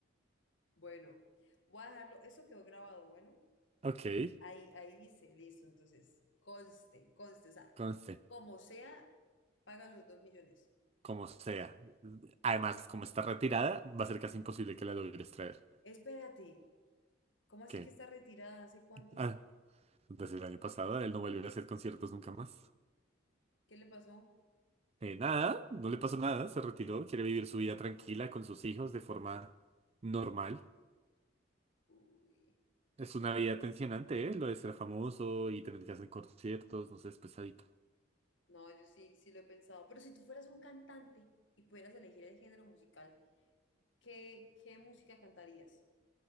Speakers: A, on the left (about 75°); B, on the right (about 30°).
A: Bueno, voy a dejarlo. Eso quedó grabado, bueno.
B: Ok.
A: Ahí, ahí dice, listo. Entonces, conste, conste. O sea,
B: Conste.
A: como sea, paga los dos millones.
B: Como sea. Además, como está retirada, va a ser casi imposible que la logres traer.
A: Espérate. ¿Cómo así
B: Que,
A: que está retirada? ¿Hace cuánto?
B: ah, desde el año pasado, él no vuelve a hacer conciertos nunca más.
A: ¿Qué le pasó?
B: Eh, nada, no le pasó nada, se retiró, quiere vivir su vida tranquila con sus hijos de forma normal.
A: Uy,
B: Es una vida tensionante, ¿eh? Lo de ser famoso y tener que hacer conciertos, no sé, es pesadito.
A: no, yo sí, sí lo he pensado. Pero si tú fueras un cantante y pudieras elegir el género musical, ¿qué, qué música cantarías?